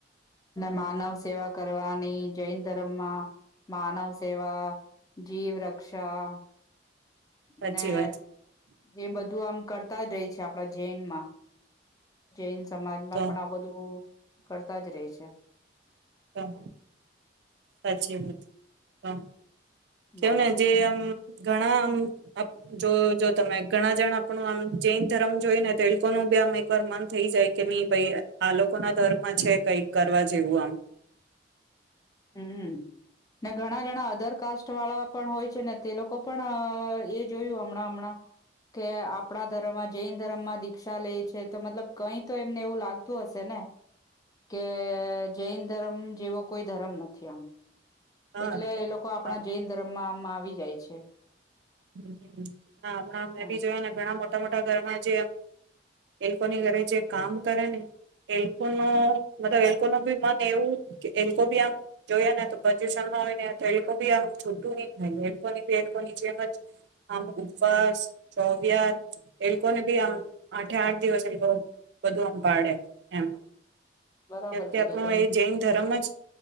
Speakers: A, on the left (about 20°); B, on the right (about 65°).
A: માનવ સેવા કરવાની જૈન ધર્મમાં માનવ સેવા જીવ રક્ષા
B: સાચી
A: ને
B: વાત
A: એ બધું આમ કરતા જ રહી છે આપણા જૈનમાં જૈન સમાજમાં
B: તો
A: પણ આ બધું કરતા જ રહે છે.
B: હ સાચી વાત હ કેવું
A: બોલો
B: ને જે આમ ઘણા આમ જો જો તમે ઘણા જણ આપણું આમ જૈન ધર્મ જોઈ ને તે લોકો ન બી આમ એકવાર મન થઈ જાય કે નહી ભાઈ આ લોક લોકો ના ધર્મમાં છે કઈક કરવા જેવું આમ
A: હમ ને ઘણા જણા અધર કાસ્ટ વાળા પણ હોય છે ને તે લોકો પણ એ જોયું હમણાં હમણાં કે આપણા ધર્મમાં જૈન ધર્મમાં દીક્ષા લે છે તો મતલબ કઈ તો એમને એવું લાગતું હશે ને કે જૈન ધર્મ જેવો કોઈ ધરમ નથી આમ
B: હા
A: એટલે
B: તો
A: એ લોકો આપણા
B: આમ
A: જૈન ધર્મમાં આવી જાય છે.
B: હ હમણાં મેં
A: એમ
B: ભી જોયા ને ઘણા મોટા મોટા આપ ઘરમાં જે એ લોકોની ઘરે જે કામ કરે ને એ લોકો નો મતલબ એ લોકો ન બી મન એવું કે એ લોકો ભી આમ જોયા ને તો પોઝિશન માં હોય ને એ લોકો ભી આમ છૂટું ન થાય એ લોકો એની જેમ જ આમ ઉપવાસ ચવયાર એ લોકોને ભી આમ આઠે આઠ દિવસ એ લોકો બધું આમ પાડે એમ
A: બરાબર
B: કેમ કે
A: કીધું
B: આપણો
A: તમે
B: એ જૈન ધર્મ જ